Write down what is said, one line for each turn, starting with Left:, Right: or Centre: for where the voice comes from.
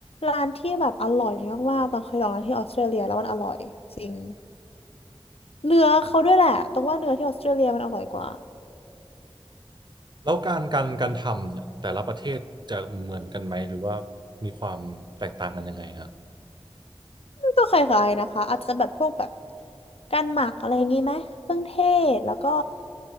Left: ร้านที่แบบอร่อยมากๆตองเคยลองร้านที่ออสเตรเลียแล้วมันอร่อยจริงเนื้อเขาด้วยแหละตองว่าเนื้อที่ออสเตรเลียมันอร่อยกว่า
Right: แล้วการการการทำเนี่ยแต่ละประเทศจะเหมือนกันไหมหรือว่ามีความแตกต่างกันยังไงฮะ
Left: ก็คล้ายๆนะคะอาจจะแบบพวกแบบการหมักอะไรอย่างงี้ไหมเครื่องเทศแล้วก็